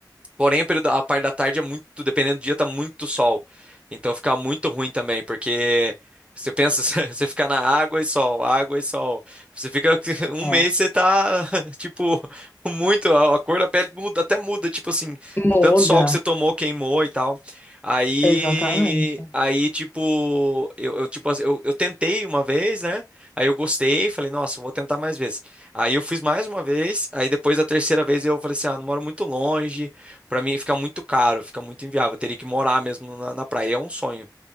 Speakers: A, on the right (about 15°); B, on the left (about 25°).
A: Porém, o período- a parte da tarde é muito, dependendo do dia, tá muito sol. Então fica muito ruim também, porque você pensa, <laughs> você você fica na água e sol, água e sol. Você fica <laughs> um
B: É.
A: mês, você tá, <laughs> tipo, muito, a a cor da pele muda, até muda, tipo assim,
B: Muda.
A: tanto sol que você tomou, queimou e tal. Aí,
B: Exatamente.
A: aí, tipo, eu, eu, tipo, assim, eu, eu tentei uma vez, né? Aí eu gostei, falei, nossa, eu vou tentar mais vezes. Aí eu fiz mais uma vez, aí depois da terceira vez eu falei assim, ah, não moro muito longe. Pra mim fica muito caro, fica muito inviável. Eu teria que morar mesmo na, na praia. É um sonho.